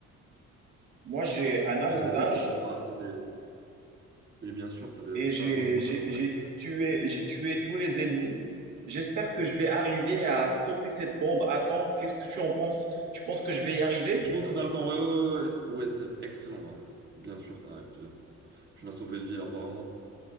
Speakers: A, on the right (about 80°); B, on the right (about 35°).
A: moi j'ai un avantage
B: je- oui, donc, t'as, t'as des, oui, bien sûr, t'as des,
A: et j'ai
B: t'as de nombreux
A: j'ai
B: avantages.
A: j'ai tué j'ai tué tous les ennemis. J'espère que je vais arriver à stopper cette bombe. Attends, qu'est-ce que tu en penses? Tu penses que je vais y arriver?
B: Je pense que t'as le temps. Ouais, ouais, ouais, ouais. Ouais, c'est excellent, Marie. Bien sûr, t'as raison. Tu n'as sauvé de vie, apparemment.